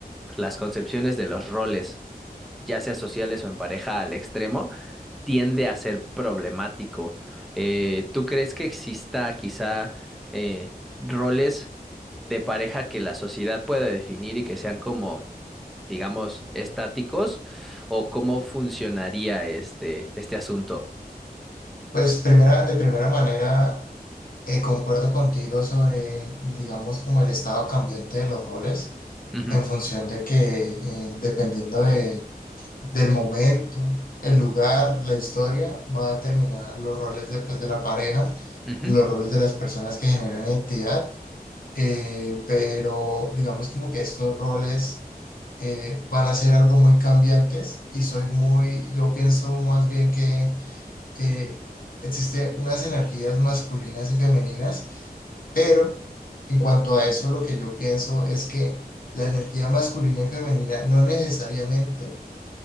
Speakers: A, in the centre; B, on the left.
A: las concepciones de los roles, ya sea sociales o en pareja, al extremo tiende a ser problemático. Eh, ¿tú crees que exista quizá eh, roles de pareja que la sociedad pueda definir y que sean como, digamos, estáticos? ¿O cómo funcionaría este, este asunto?
B: Pues primera, de primera manera, eh, concuerdo contigo sobre, digamos, como el estado cambiante de los roles.
A: Ujú,
B: en función de que, eh, dependiendo de, del momento, el lugar, la historia, va a determinar los roles de, pues, de la pareja,
A: ujú,
B: los roles de las personas que generan identidad, eh, pero digamos como que estos roles eh, van a ser algo muy cambiantes y soy muy, yo pienso más bien que eh, existen unas energías masculinas y femeninas pero en cuanto a eso, lo que yo pienso es que la energía masculina y femenina no necesariamente